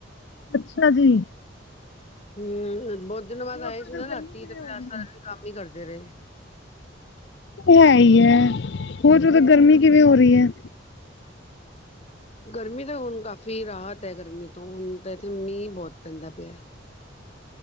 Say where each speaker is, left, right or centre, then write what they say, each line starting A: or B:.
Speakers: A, on the left; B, on the left.
A: ਅੱਛਾ ਜੀ।
B: ਹੂੰ, ਬਹੁਤ ਦਿਨਾਂ
A: ਹੋਰ
B: ਬਾਅਦ ਆਏ
A: ਤੁਹਾਡੇ
B: ਸੀ ਨਾ
A: ਉਧਰ
B: ਰਾਤੀ
A: ਗਰਮੀ ਕਿਵੇਂ
B: ਤੇ ਫਿਰ
A: ਹੋ ਰਹੀ
B: ਅਜੱ ਸਾਰਾ
A: ਹੈ
B: ਦਿਨ ਕੰਮ ਹੀ ਕਰਦੇ ਰਹੇ।
A: ਹੈ ਹੀ ਹੈ, ਹੋਰ ਜਦੋਂ ਗਰਮੀ ਕਿਵੇਂ ਹੋ ਰਹੀ ਹੈ।
B: ਗਰਮੀ ਤਾਂ ਹੁਣ ਕਾਫ਼ੀ ਰਾਹਤ ਹੈ ਗਰਮੀ ਤੋਂ, ਹੁਣ ਤਾਂ ਇੱਥੇ ਮੀਂਹ ਬਹੁਤ ਪੈਂਦਾ ਪਿਆ